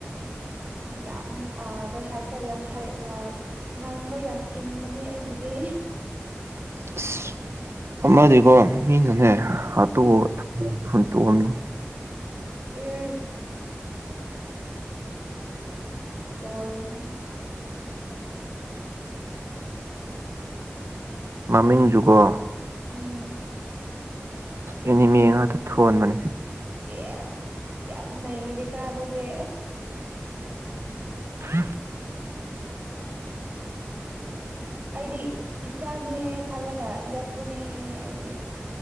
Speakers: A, on the right (about 35°); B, on the right (about 80°).
A: ꯌꯥꯝ ꯀꯩ ꯍꯥꯏꯁꯔꯦ ꯌꯥꯝ ꯍꯩ ꯉꯥꯡꯕ ꯌꯥꯝ ꯏꯟꯕꯅꯦ ꯑꯩꯒꯤꯗꯤ
B: ꯑꯁ ꯑꯃꯗꯤꯀꯣ ꯃꯤꯅꯅꯦ ꯍꯥꯇꯨ ꯍꯟ ꯇꯣꯡꯅꯤ
A: ꯑꯦ ꯂꯔ
B: ꯃꯃꯤꯡ ꯖꯨꯒꯣ
A: ꯎꯝ
B: ꯑꯦꯅꯤꯃꯤ ꯉꯥꯛꯇ ꯊꯣꯟꯕꯅꯦ
A: ꯑꯦꯁ ꯌꯥꯝ ꯅꯩꯔꯀꯣ ꯑꯗꯨꯗꯤ
B: ꯑ
A: ꯑꯩꯗꯤ ꯏꯆꯥꯅꯦ ꯈꯜꯂꯒ ꯌꯣꯛꯄꯅꯦ ꯑꯩꯗꯤ